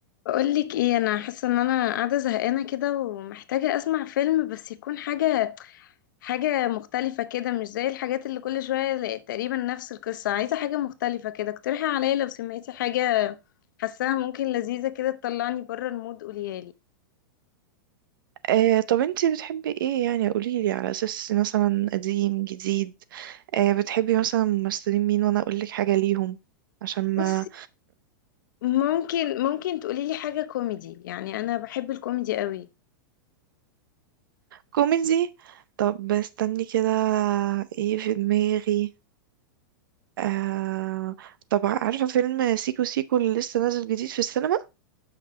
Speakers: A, on the left; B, on the right.
A: بقولك ايه انا حاسه ان انا قاعده زهقانه كده ومحتاجه اسمع فيلم بس يكون حاجه حاجه مختلفه كده مش زي الحاجات اللي كل شويه ل- تقريبا نفس القصه عايزه حاجه مختلفه كده اقترحي عليا لو سمعتي حاجه حاساها ممكن لذيذه كده تطلعني بره المود قوليها لي
B: آه طب انتي بتحبي ايه يعني قوليلي على اساس مثلا قديم جديد آه بتحبي مثلا ممثلين مين وانا اقولك حاجة ليهم عشان
A: بصي
B: ما
A: ممكن ممكن تقولي لي حاجه كوميدي يعني انا بحب الكوميدي قوي
B: كوميدي طب استني كده ايه في دماغي آه طب عارفة فيلم سيكو سيكو اللي لسه نازل جديد في السينما